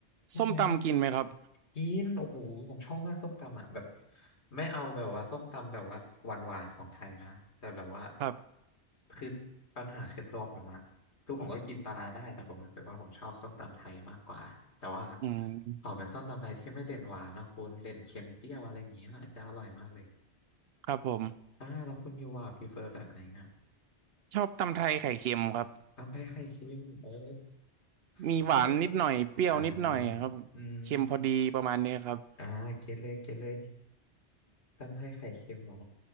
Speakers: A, on the left; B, on the right.
A: ใช่ไหม
B: ส้มตำกินไหมครับ
A: กินโอ้โหผมชอบมากส้มตำอ่ะแบบไม่เอาแบบว่าส้มตำแบบว่าหวานๆของไทยนะแต่แบบว่า
B: ครับ
A: คือปัญหาคือตัวผมอะคือผมก็กินปลาร้าได้แต่ผมรู้สึกว่าผมชอบส้มตำไทยมากกว่าแต่ว่า
B: อืม
A: ขอเป็นส้มตำไทยที่ไม่เด่นหวานนะคุณเด่นเค็มเปรี้ยวอะไรอย่างเงี้ยอาจจะอร่อยมากเลย
B: ครับผม
A: อ่าแล้วคุณยูอ่ะพรีเฟอร์แบบไหนอะ
B: ชอบตำไทยไข่เค็มครับ
A: ตำไทยไข่เค็มโอ้
B: มีหวานนิดหน่อยเปรี้ยวนิดหน่อยครับเค็มพอดีประมาณนี้ครับ
A: แล้วผมก็ต้องอ่าอืม อ่าเก็ตเลยเก็ตเลยตำไทยไข่เค็มเหรอ